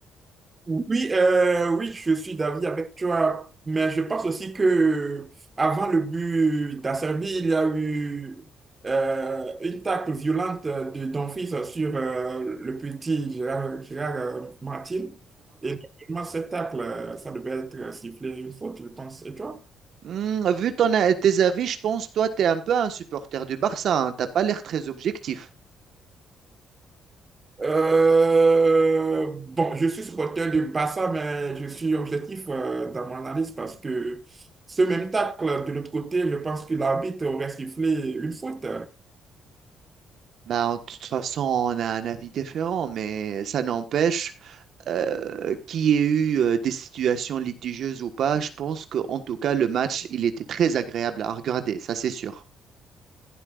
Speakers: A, on the right; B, on the right.
A: Oui, euh, oui, je suis d'avis avec toi, mais je pense aussi que euh, avant le but d'Acerbi, il y a eu euh, une tacle violente de Dumfries sur euh, le petit Gérard, Gérard, euh, Martin. Et normalement, cette tacle, euh, ça devait être sifflé une faute, je pense. Et toi?
B: Hmm, vu ton, a- tes avis, je pense toi, tu es un peu un supporter du Barça. hein. T'as pas l'air très objectif.
A: Euh, bon, je suis supporter du Barça, mais je suis objectif euh, dans mon analyse parce que ce même tacle de l'autre côté, je pense que l'arbitre aurait sifflé une faute.
B: Bah, de toute façon, on a un avis différent, mais ça n'empêche euh, qu'il y ait eu euh, des situations litigieuses ou pas. Je pense qu'en tout cas, le match, il était très agréable à regarder, ça c'est sûr.